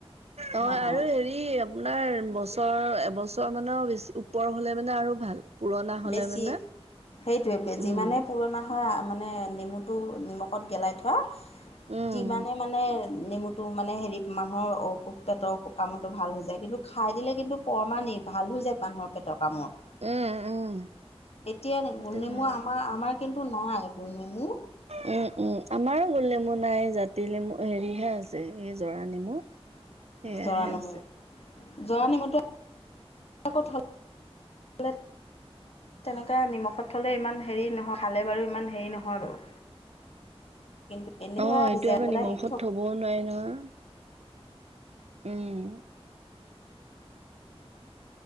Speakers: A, on the right; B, on the left.
A: অ',
B: মানুহৰ
A: আৰু হেৰি ই আপোনাৰ বছৰ এবছৰ মানৰ বেছি ওপৰ হলে মানে আৰু ভাল। পুৰণা হলে
B: বেছি
A: মানে
B: সেইটোৱেইে
A: উম
B: যিমানে পুৰণা মানে নেমুটো নিমখত গেলাই থোৱা
A: উম
B: যিমানে মানে নেমুটো মানে হেৰি মানুহৰ অসুখ পেটৰ অসুখ কামটো ভাল হৈ যায় কিন্তু খাই দিলে কিন্তু পৰমানি ভাল হৈ যায় মানুহৰ পেটৰ কামোৰ।
A: উম, উম।
B: এতিয়া
A: সেইটো
B: গোল নেমু
A: ভাল
B: আমাৰ আমাৰ কিন্তু নাই গোলনেমু
A: উম, উম, আমাৰো গোল নেমু নাই তি নেমু হেৰিহে আছে এই জৰা নেমু, সেয়াহে
B: জৰা নেমু
A: আছে।
B: জৰা নেমুটো <inaudible> তেনেকে নিমখত থলে ইমান হেৰি নহয়, খালে বাৰু ইমান হেৰি নহয় বাৰু কিন্তু এনেই ধৰা
A: অ' সেইটো
B: ভিজাই
A: আকৌ
B: পেলাই
A: নিমখত
B: হেৰি কৰি থ'ব
A: থবও নোৱাৰি নহয়, উম